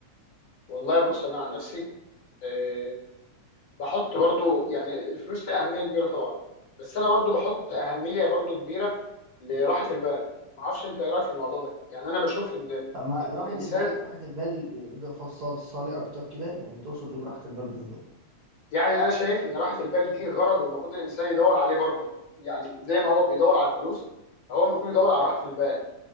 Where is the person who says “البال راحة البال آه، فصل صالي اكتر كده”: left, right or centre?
Right